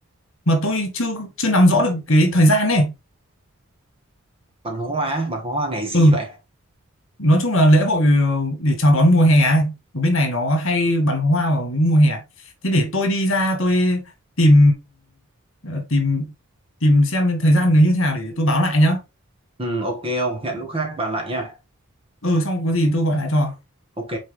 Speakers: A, on the left; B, on the right.
A: mà tôi chưa chưa nắm rõ được cái thời gian này
B: Bắn pháo hoa, á, bắn pháo hoa ngày gì
A: ừ
B: vậy?
A: nói chung là lễ hội ờ, để chào đón mùa hè ấy. ở bên này nó hay bắn pháo hoa vào những mùa hè thế để tôi đi ra tôi tìm ờ, tìm tìm xem thời gian nó như thế nào để tôi báo lại nhá
B: Ừ, ok không? Hẹn lúc khác bàn lại nha.
A: ừ xong có gì tôi gọi lại cho
B: Ok,